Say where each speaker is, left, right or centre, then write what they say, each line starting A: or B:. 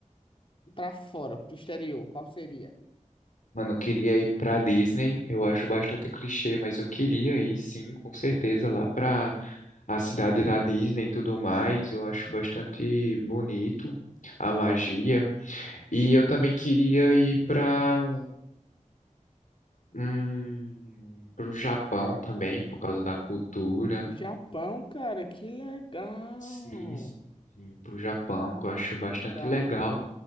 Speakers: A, on the left; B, on the left.
A: pra fora, pro exterior, qual seria?
B: Mano, eu queria ir pra Disney. Eu acho bastante clichê, mas eu queria ir sim, com certeza, lá pra a cidade da Disney e tudo mais. Eu acho bastante bonito a magia. E eu também queria ir pra, hum, pro Japão também, por causa da cultura.
A: O Japão, cara, que legal!
B: Sim, sim, sim, pro Japão,
A: Uhum,
B: que eu acho bastante
A: Que legal,
B: legal.